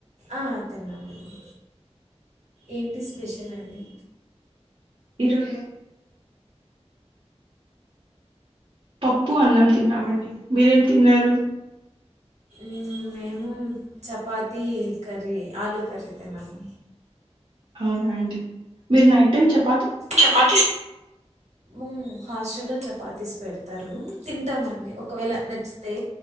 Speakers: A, on the right; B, on the right.
A: ఆ తిన్నామండి ఏంటి స్పెషల్ అండి
B: ఈరోజు పప్పు అన్నం తిన్నామండి మీరేం తిన్నారు
A: మ్ మేము చపాతీ కర్రీ ఆలూ కర్రీ తిన్నాము
B: అవునా అండి మీరు నైట్ టైమ్ చెప్
A: చపాతీస్ ఉ హాస్ట లో చపాతీస్ పెడతారు తింటాము అండి ఒకవేళ నచ్చితే